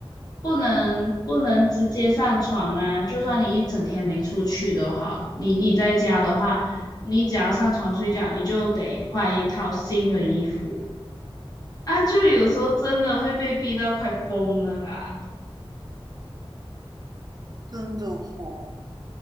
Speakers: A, on the left (about 40°); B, on the right (about 40°).
A: 不能不能直接上床啊。就算你一整天没出去都好，你你在家的话，你只要上床睡觉，你就得换一套新的衣服。啊，就有时候真的会被逼到快疯了啦。
B: 真的吼、